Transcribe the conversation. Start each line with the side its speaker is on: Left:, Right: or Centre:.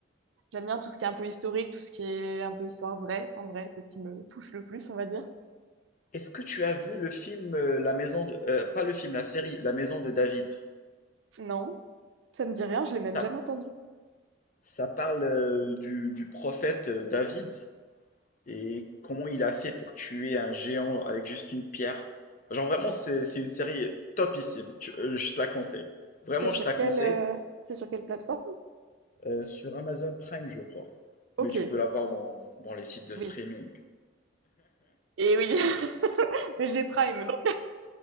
Right: J'aime bien tout ce qui est un peu historique, tout ce qui est un peu histoire vraie, en vrai, c'est ce qui me touche le plus, on va dire.
Left: Est-ce que tu as vu le film euh, La Maison de... euh, pas le film, la série La Maison de David?
Right: Non, ça me dit rien, je l'ai même
Left: Ça,
Right: jamais entendu.
Left: ça parle euh, du, du prophète euh, David. Et comment il a fait pour tuer un géant avec juste une pierre? Genre vraiment, c'est c'est une série topissime. Tu- euh, je te la conseille. Vraiment,
Right: C'est sur
Left: je te la conseille.
Right: quelle, euh, c'est sur quelle plateforme?
Left: Euh, sur Amazon Prime, je crois.
Right: Ok,
Left: Mais tu peux la voir dans, dans les sites de streaming.
Right: oui. Et oui, <laughs> mais j'ai Prime, donc.